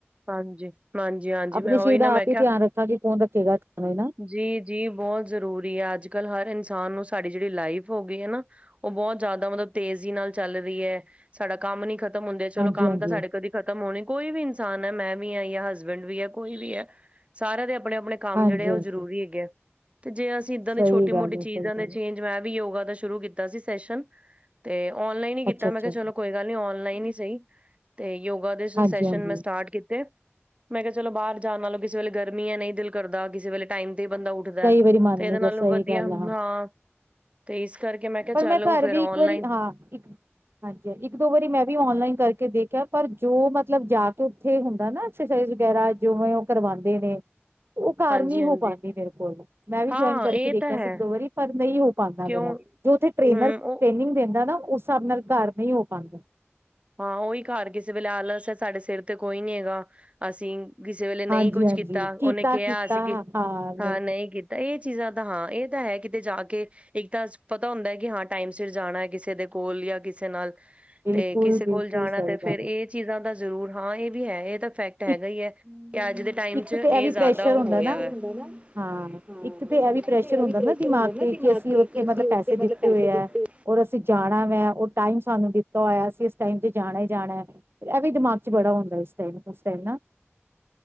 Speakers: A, on the right; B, on the right.
A: ਹਾਂਜੀ। ਹਾਂਜੀ-ਹਾਂਜੀ,
B: ਆਪਣੇ
A: ਮੈਂ
B: ਸ਼ਰੀਰ
A: ਉਹੀ ਨਾ
B: ਦਾ
A: ਮੈਂ
B: ਆਪ ਹੀ ਧਿਆਨ ਰੱਖਾਂਗੇ ਕੌਣ ਰੱਖੇਗਾ ਨਾ।
A: ਜੀ ਜੀ ਬਹੁਤ ਜਰੂਰੀ ਹੈ ਅੱਜ ਕੱਲ ਹਰ ਇਨਸਾਨ ਨੂੰ ਸਾਡੀ ਜਿਹੜੀ ਲਾਈਫ ਹੋ ਗਈ ਹੈ ਨਾ ਉਹ ਬਹੁਤ ਜ਼ਿਆਦਾ ਮਤਲਬ ਤੇਜ਼ੀ ਨਾਲ ਚੱਲ ਰਹੀ ਹੈ। ਸਾਡਾ ਕੰਮ ਨੀ ਖਤਮ ਹੁੰਦੇ ਚਲੋ
B: ਹਾਂਜੀ
A: ਕੰਮ
B: ਹਾਂਜੀ
A: ਤਾਂ ਸਾਡੇ ਕਦੇ ਖਤਮ ਹੋਣੇ ਕੋਈ ਵੀ ਇਨਸਾਨ ਐ, ਮੈਂ ਵੀ ਆਈ ਆ ਹਸਬੈਂਡ ਵੀ ਐ ਕੋਈ ਵੀ ਐ ਸਾਰੇ ਦੇ ਆਪਣੇ-ਆਪਣੇ ਕੰਮ
B: ਹਾਂਜੀ
A: ਜਿਹੜੇ ਆ ਉਹ
B: ਹਾਂਜੀ
A: ਜਰੂਰੀ ਹੈਗੇ, ਤੇ ਜੇ ਅਸੀਂ ਇੱਦਾਂ ਦੀ
B: ਸਹੀ
A: ਛੋਟੀ
B: ਗੱਲ
A: ਮੋਟੀ
B: ਹੈ
A: ਚੀਜ਼ਾਂ
B: ਸਹੀ
A: ਦੇ
B: ਗੱਲ
A: ਚੇਂਜ।
B: ਹੈ
A: ਮੈਂ ਵੀ ਯੋਗਾ ਦਾ ਸ਼ੁਰੂ ਕੀਤਾ ਸੀ ਸੈਸ਼ਨ, ਤੇ ਔਨਲਾਈਨ ਹੀ ਕੀਤਾ
B: ਅੱਛਾ ਅੱਛਾ
A: ਮੈਂ ਕਿਹਾ ਚਲੋ ਕੋਈ ਚਲੋ ਔਨਲਾਈਨ ਹੀ ਸਹੀ, ਤੇ ਯੋਗਾ ਦੇ ਸੈਸ਼ਨ
B: ਹਾਂਜੀ ਹਾਂਜੀ
A: ਮੈਂ ਸਟਾਟ ਕੀਤੇ ਮੈਂ ਕਿਹਾ ਚਲੋ ਬਾਹਰ ਜਾਣ ਨਾਲੋਂ ਕਿਸੇ ਵੇਲੇ ਗਰਮੀ ਹੈ, ਨਹੀਂ ਦਿਲ ਕਰਦਾ ਕਿਸੇ ਵੇਲੇ ਟਾਈਮ ਤੇ ਬੰਦਾ, ਦਾ
B: ਕਈ ਵਾਰੀ ਮਨ
A: ਤੇ ਇਹਦੇ
B: ਨੀ
A: ਨਾਲੋਂ
B: ਗਾ ਸਹੀ
A: ਵਧੀਆ,
B: ਗੱਲ ਆ।
A: ਹਾਂ ਤੇ ਇਸ ਕਰਕੇ ਮੈਂ ਕਿਹਾ
B: ਪਰ
A: ਚਲੋ,
B: ਘਰ
A: ਫੇਿਰ
B: ਵੀ
A: ਔਨਲਾਈਨ।
B: ਇੱਕ ਵਾਰੀ ਹਾਂ ਇੱਕ ਹਾਂਜੀ, ਇੱਕ ਦੋ ਵਾਰੀ ਮੈਂ ਵੀ ਔਨਲਾਈਨ ਕਰਕੇ ਦੇਖਿਆ ਪਰ ਜੋ ਮਤਲਬ ਜਾ ਕੇ ਓਥੇ ਹੁੰਦਾ ਨਾ ਐਕਸਰਸਾਈਜ਼ ਵਗੈਰਾ ਜੋਵੇਂ ਓ ਕਰਵਾਂਦੇ ਨੇ। ਓ ਘਰ
A: ਹਾਂਜੀ-ਹਾਂਜੀ
B: ਨੀ ਹੋ ਪਾਂਦੀ ਮੇਰੇ ਕੋਲ। ਮੈਂ ਵੀ
A: ਹਾਂ
B: ਜੁਆਇਨ ਕਰਕੇ
A: ਇਹ
B: ਦੇਖਿਆ
A: ਤਾਂ
B: ਸੀ
A: ਹੈ
B: ਇੱਕ ਦੋ ਵਾਰੀ ਪਰ ਨਈ ਹੋ ਪਾਂਦਾ
A: ਕਿਉਂ
B: ਮੇਰਾ। ਓਥੇ ਟ੍ਰੇਨਰ
A: ਹੂੰ
B: ਟ੍ਰੇਨਿੰਗ
A: ਉਹ
B: ਦੇਂਦਾ ਨਾ, ਉਸ ਹਿਸਾਬ ਨਾਲ ਘਰ ਨਈ ਹੋ ਪਾਂਦਾ।
A: ਹਾਂ ਓਈ ਘਰ ਕਿਸੇ ਵੇਲੇ ਆਲਸ ਸਾਡੇ ਸਿਰ ਤੇ ਕੋਈ ਨੀ ਹੈਗਾ ਅਸੀਂ ਕਿਸੇ ਵੇਲੇ ਨਈ
B: ਹਾਂਜੀ
A: ਕੁਛ
B: ਹਾਂਜੀ
A: ਕੀਤਾ, ਓਨੇ ਕਿਹਾ
B: ਕੀਤਾ
A: ਅਸੀਂ ਕਿ
B: ਨਹੀਂ
A: ਹਾਂ ਨਈ ਕੀ ਤਾਂ ਏ ਚੀਜ਼ਾਂ ਤਾਂ ਹਾਂ ਏ ਤਾਂ ਹੈ ਕਿਤੇ ਜਾ ਕੇ ਇੱਕ ਤਾਂ ਪਤਾ ਹੁੰਦਾ ਕਿ ਹਾਂ ਟਾਈਮ ਸਿਰ ਜਾਣਾ ਕਿਸੇ ਦੇ ਕੋਲ ਯਾ ਕਿਸੇ ਨਾਲ।
B: ਬਿਲਕੁਲ।
A: ਤੇ ਕਿਸੇ
B: ਬਿਲਕੁਲ
A: ਕੋਲ ਜਾਣਾ
B: ਸਹੀ
A: 'ਤੇ
B: ਗੱਲ
A: ਫੇਰ ਏ
B: ਹੈ
A: ਚੀਜ਼ਾਂ ਦਾ ਜ਼ਰੂਰ ਹਾਂ ਏ, ਵੀ ਹੈ ਏ ਤਾਂ ਫੈਕ ਤਾਂ ਹੈਗਾ
B: ਇੱਕ
A: ਹੀ ਐ ਕਿ ਅੱਜ ਦੇ ਟਾਈਮ
B: ਇੱਕ
A: 'ਚ
B: ਤੇ
A: ਏ
B: ਇਹ ਵੀ ਪ੍ਰੈਸ਼ਰ
A: ਜਾਦਾ ਹੋ
B: ਹੁੰਦਾ
A: ਗਿਆ
B: ਨਾ
A: ਵਾ।
B: ਹਾਂ
A: ਹੁੰਦਾ ਨਾ, ਹਾਂ
B: ਇੱਕ ਤਾਂ ਏ ਵੀ
A: ਇੱਕ
B: ਪ੍ਰੈਸ਼ਰ
A: ਤੇ ਇਹ
B: ਹੁੰਦਾ
A: ਵੀ
B: ਨਾ ਦਿਮਾਗ
A: ਹੁੰਦਾ ਨਾ
B: ਤੇ ਕਿ ਅਸੀਂ
A: ਤੇ
B: ਓਥੇ
A: ਕਿ
B: ਮਤਲਬ
A: ਅਸੀਂ ਉੱਥੇ
B: ਪੈਸੇ
A: ਮਤਲਬ
B: ਦਿੱਤੇ
A: ਪੈਸੇ
B: ਹੋਏ ਐ।
A: ਦਿੱਤੇ
B: ਔਰ ਅਸੀਂ ਜਾਣਾ ਵੈ, ਉਹ ਟਾਈਮ ਸਾਨੂੰ ਦਿੱਤਾ ਹੋਇਆ ਅਸੀਂ ਇਸ ਟਾਈਮ ਤੇ ਜਾਣਾਂ ਹੀ ਜਾਣਾਂ ਐ। ਔਰ ਐ ਵੀ ਦਿਮਾਗ 'ਚ ਬੜਾ ਹੁੰਦਾ ਉਸ ਟਾਈਮ ਉਸ ਟਾਈਮ ਨਾ।